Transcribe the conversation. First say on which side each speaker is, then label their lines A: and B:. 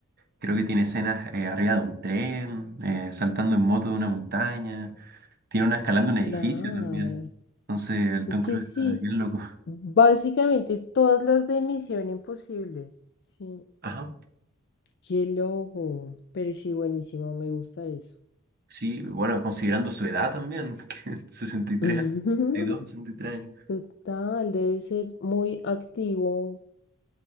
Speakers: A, on the right; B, on the left.
A: creo que tiene escenas eh, arriba de un tren, eh, saltando en moto de una montaña, tiene una escalando un edificio
B: Claro,
A: también. Entonces, el Tom
B: es que
A: Cruise
B: sí,
A: está bien loco.
B: básicamente todas las de Misión Imposible, sí.
A: Ajá.
B: Qué loco, pero sí, buenísimo, me gusta eso.
A: Sí, bueno, considerando su edad también, <laughs> que 63
B: <laughs>
A: años, sesenta sesenta y dos sesenta y tres años.
B: Total, debe ser muy activo